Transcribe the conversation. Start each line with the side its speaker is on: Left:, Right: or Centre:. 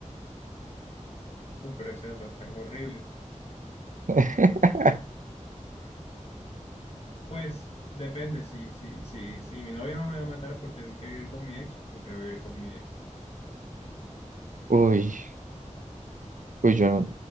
Left: "Uh, pero esos datos están horribles.
Right: <laughs>
Left: Pues depende, si, si, si, si mi novia no me va a matar por tener que vivir con mi ex, prefiero vivir con mi ex.
Right: Uy, uy, yo no-